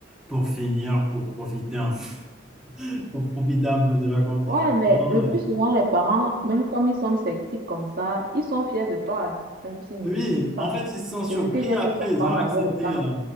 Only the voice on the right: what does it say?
Ouais, mais le
plus souvent, les parents, même comme ils sont sceptiques comme ça, ils sont fiers de toi, hein, même s'ils ne
le disent pas.
C'est ce que j'ai
pu comprendre
avec le temps.